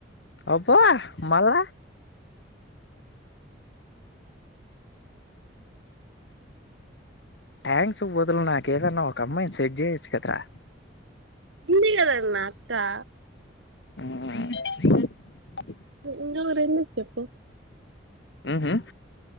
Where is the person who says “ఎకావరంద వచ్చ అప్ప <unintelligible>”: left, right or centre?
Right